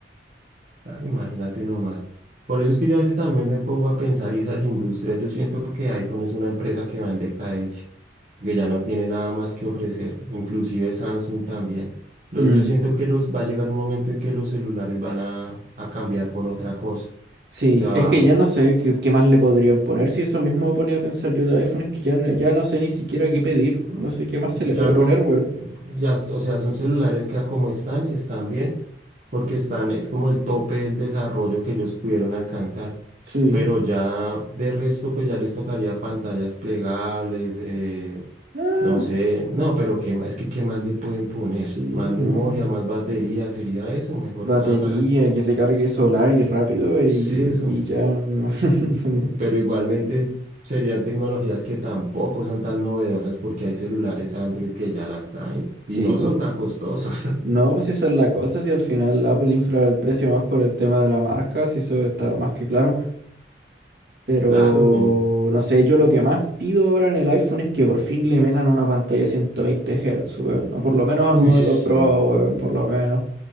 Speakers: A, on the right; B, on the right.
A: Claro, imagínate nomás. Por eso es que yo a veces también me pongo a pensar y esas industrias, yo siento que iPhone es una empresa que va en decadencia, que ya no tiene nada más que ofrecer, inclusive Samsung también. Los-
B: Mm,
A: yo siento que los va a llegar un momento en que los celulares van a, a cambiar por otra cosa.
B: sí,
A: O sea,
B: es que ya no sé qué, qué más le podrían poner. Si eso mismo me ponía a pensar yo del iPhone, es que ya, no- ya no sé ni siquiera qué pedir.
A: no,
B: No sé qué más se le
A: ya
B: puede
A: no,
B: poner, weón.
A: ya, s- o sea, son celulares que a como están, están bien, porque están, es como el tope del desarrollo que ellos pudieron alcanzar.
B: Sí.
A: pero ya de resto, pues ya les tocaría pantallas plegables, eh,
B: Ah,
A: no sé, no, pero qué, ma- es que qué más le pueden poner,
B: sí,
A: más memoria,
B: no.
A: más batería, sería eso, mejor
B: Batería,
A: cámara,
B: que se cargue solar y rápido y,
A: sí, eso,
B: y ya. <laughs>
A: pero igualmente serían tecnologías que tampoco son tan novedosas porque hay celulares Android que ya las traen y
B: Sí,
A: no
B: pues.
A: son tan costosos, <laughs>
B: No, pues si esa es la cosa, si al final Apple infla el precio más por el tema de la marca, si eso está más que claro. Pero
A: claro, weón.
B: no sé, yo lo que más pido ahora en el iPhone es que por fin le metan una pantalla 120 Hz, weón. o Por lo menos al
A: uy,
B: modelo
A: sí.
B: Pro, weón, por lo menos.